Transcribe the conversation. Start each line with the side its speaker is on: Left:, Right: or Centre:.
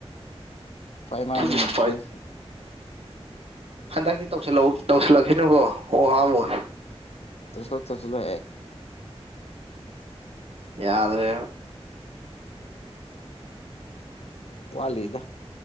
Left: ꯐꯥꯏ ꯃꯥꯥꯏꯅꯤ
Right: ꯁꯤ ꯄꯩꯁꯥ
Left: ꯃꯠꯇꯦ
Right: ꯄꯥꯏ ꯍꯟꯗꯛꯇꯤ ꯇꯧꯁꯤꯜꯂ ꯇꯧꯁꯤꯜꯂꯛꯁꯤꯅꯨꯀꯣ ꯑꯣ ꯍꯥꯥꯡꯃꯣ
Left: ꯇꯁ ꯊꯁꯂ
Right: ꯌꯥꯗ꯭ꯔꯦ
Left: ꯋꯥꯂꯤꯗ